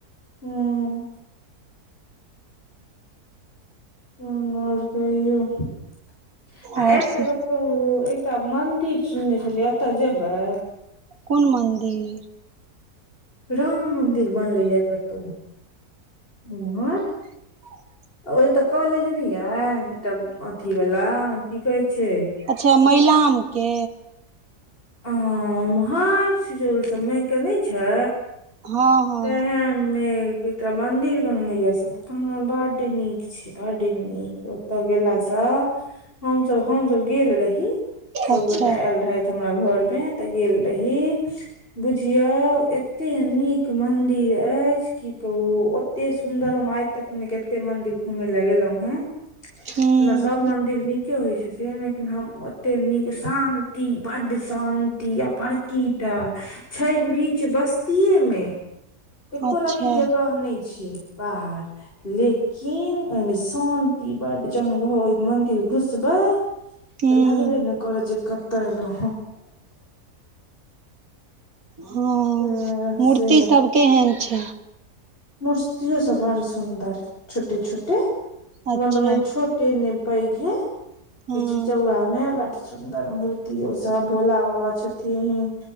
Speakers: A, on the left (about 35°); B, on the right (about 60°).
A: हूँ ह आओर कहीयो आ
B: और
A: एकटा
B: से
A: गप क ओ एकटा मन्दिर सुनने छलियै एतऽ जेबै
B: कुन मन्दिर
A: राम मन्दिर बलैया कतौ उमहर
B: ह <unintelligible>
A: ओएत काॅलेज नहि य एकटा अथी वाला की कहै छै
B: अच्छा मैईलामके
A: अ उम्हर सिजौल सभय मे ए नहि छै
B: हँ हँ
A: तऽ हे मे मन्दिर बनलैया स हँ बड नीक छै बड नीक ओतय गेलासँ हमसब हमसब गेल रही सबगोटा
B: अच्छा
A: आयल रह हमरा घर मे तऽ गेल रही बुझियो एते नीक मंदिर अएछ कि कहू ओते सुन्दर हम आइ तक नै कते मंदिर घुमैय लए एलहुं हें
B: हूँ
A: ओना सब मंदिर नीके होइ छथिन लेकिन हम ओतेक नीक शान्ति बड शान्ति अ पकीएटा छै बीच बस्तीे मे एकको
B: अच्छा
A: राती जगह नहि छैय बाहर लेक किन ओहिमे शान्ति बड जहन ग घर ओहि मंदिर घुसबै तऽ
B: हूँ
A: लगबे नै करत जे कतऽ एलौह
B: हँ
A: हँ
B: मूर्ति
A: से
B: सब केहन छै
A: मुसरी सब बड़ सुन्दर छोटे छोटे
B: अच्छा
A: मतलब छो टे नेपैघे
B: हँ
A: पीच चउवा मे ब सुन्दर मूर्ति ओ सब भोला बाबा छथिन